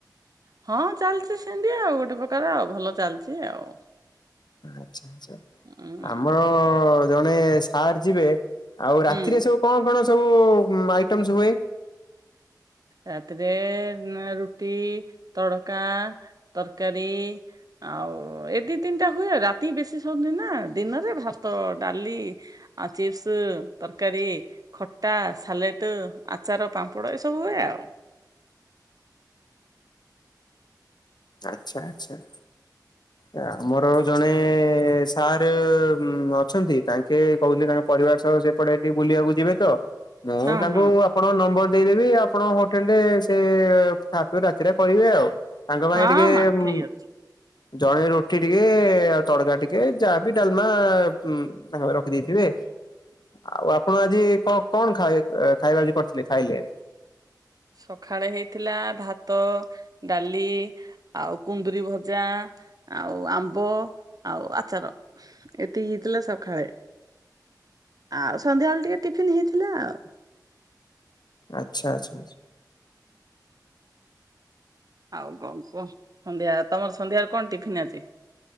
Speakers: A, on the right; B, on the left.
A: ହଁ ଚାଲିଛି ସେମିତିଆଉ, ଗୋଟେ ପ୍ରକାର ଆଉ ଭଲ ଚାଲିଚି ଆଉ।
B: ଆଛା, ଆଛା
A: ଉଁ
B: ଆମର ଜଣେ ସାର୍ ଯିବେ ଆଉ ରାତିରେ
A: ହୁଁ
B: ସବୁ କଣ, କଣ ସବୁ ଆଇଟମସ୍ ହୁଏ?
A: ରାତିରେ ରୁଟି, ତଡକା, ତରକାରୀ। ଆଉ ଏ ଦି ତିନିଟା ହୁଏ, ରାତି ବେଶୀ ସରନି ନା ଦିନରେ ଭାତ ଡାଲି ଆ ଚିପ୍ସ ତରକାରୀ। ଖଟା, ସାଲେଟ, ଆଚାର ପାମ୍ପଡ ଏ ସବୁ ହୁଏ ଆଉ। <inaudible>
B: ଆଚ୍ଛା ଆଛା।
A: <inaudible>
B: ଆମର ଜଣେ ସାର୍ ଅଛନ୍ତି, ତାଙ୍କେ କହୁଲେ ତାଙ୍କ ପରିବାର ସହ ସେପଟେ ଟିକେ ବୁଲିବାକୁ ଯିବେତ, ମୁଁ
A: ହଁ
B: ତାଙ୍କୁ
A: ହଁ
B: ଆପଣ ନମ୍ବର ଦେଇଦେବି, ଆପଣ ହୋଟେଲରେ ସେ ଖାପିଅ ରାତିଟା କରିବେ ଆଉ, ତାଙ୍କ ପାଇଁ
A: ହଁ
B: ଟିକେ
A: ହଁ
B: ଉଁ
A: ଠିକ ଅଛି
B: ଜଣେ ରୁଟି ଟିକେ ଆଉ ତଡକା ଟିକେ ଯାହାବି ଡାଲମା ଉଁ ତାଙ୍କ ପାଇଁ ରଖିଦେଇଥିବେ। ଆଉ ଆପଣ ଆଜି କ କଣ ଖାଇ ଖାଇବା ଆଜି କରିଥିଲେ ଖାଇଲେ?
A: ସଖାଳେ ହେଇଥିଲା ଭାତ, ଡାଲି। ଆଉ କୁନ୍ଦୁରି ଭଜା, ଆଉ ଆମ୍ବ, ଆଉ ଆଚାର। ଏତିକି ହେଇଥିଲା ସଖାଳେ, ଆଉ ସନ୍ଧ୍ୟାବେଳେ ଟିକେ ଟିଫିନ୍ ହେଇଥିଲା ଆଉ।
B: ଆଚ୍ଛା ଆଚ୍ଛା।
A: ଆଉ କଣ କୁହ ସନ୍ଧ୍ୟା ତମର ସନ୍ଧ୍ୟାରେ କଣ ଟିଫିନ୍ ଆଜି?